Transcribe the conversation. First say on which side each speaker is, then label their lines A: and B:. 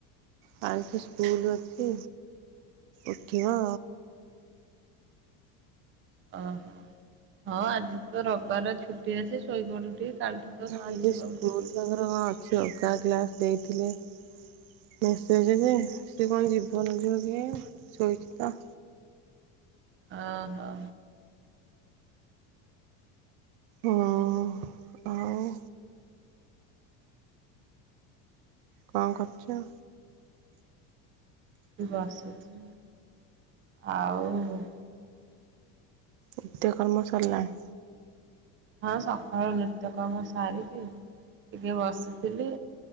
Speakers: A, on the right; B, on the right.
A: କାଲ ଠୁ ସ୍କୁଲ୍ ଅଛି ଉଠିବ।
B: ଓହୋ! ହଁ ଆଜି ତ ରବବାର ଛୁଟି ଅଛି ଶୋଇପଡୁ ଟିକେ। କାଲଠୁ ତ ସ୍କୁଲ୍
A: ଆଜି
B: ଯିବ
A: ସ୍କୁଲ
B: ଉଠିକି।
A: ତାଙ୍କର କଣ ଅଛି ଅଲଗା କ୍ଲାସ୍ ଦେଇଥିଲେ। ମେସେଜ୍ ଯେ ସିଏ କଣ ଯିବ ନ ଯିବ କେ ଶୋଇଛି ତ।
B: ଓ ହୋ।
A: ହଁ ଆଉ। କଣ କରୁଛ?
B: ବସିଛି, ଆଉ
A: ନିତ୍ୟ କର୍ମ ସରଲାଣି?
B: ହଁ ସଖାଳୁ ନିତ୍ୟକର୍ମ ସାରିକି ଟିକେ ବସିଥିଲି।